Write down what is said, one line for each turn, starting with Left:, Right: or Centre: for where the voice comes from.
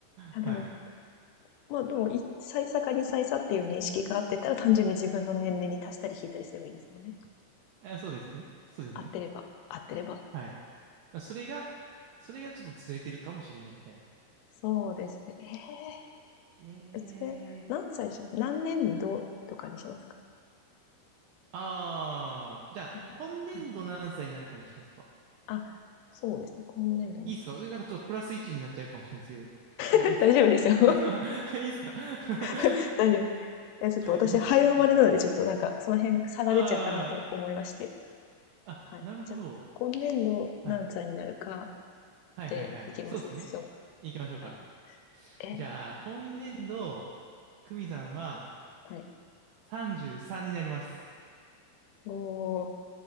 Left: あ、
Right: はい。
Left: でも、まあでも、い歳差かに歳差っていう認識があってたら、単純に自分の年齢に足したり引いたりすればいいんですもんね。
Right: あ、そうですね。そうですね。
Left: 合ってれば、合ってれば。
Right: はい。それが、それがちょっとずれてるかもしれないみたいな。
Left: そうですね。ええー
Right: ええ
Left: それ、何歳でしょう何年度とかにしますか
Right: ああ、じゃあ、
Left: なんか、
Right: 今年度何歳になるかにしますか
Left: はい。あ、そうですね。今年度なんです。
Right: いいですかえなんかちょっとプラス1になっちゃうかもしれないですけど、それいいですか
Left: <laughs> 大丈夫ですよ。
Right: <laughs> いいですか <laughs>
Left: <laughs> 大丈夫です。いや、ちょっと私、
Right: いいですか
Left: 早生まれなので、ちょっとなんか、その辺差が出ちゃうかなと思いまして。
Right: ああー、あ、
Left: はい。
Right: なるほど。
Left: じゃあ、今年度何歳になるか
Right: はい。はいはいはい。
Left: でいきますでしょうか。
Right: そうですね。行きましょうか。
Left: はい。え
Right: じゃあ、今年度、久美さんは
Left: はい。
Right: 33になります。
Left: おー。